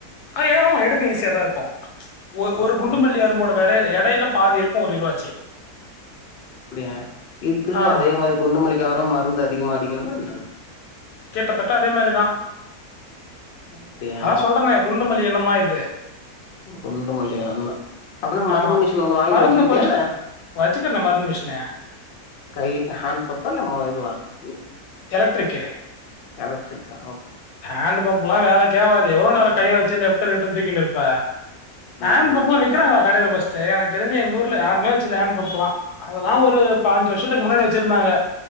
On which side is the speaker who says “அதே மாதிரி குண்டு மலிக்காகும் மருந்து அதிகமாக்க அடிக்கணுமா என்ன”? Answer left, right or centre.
Left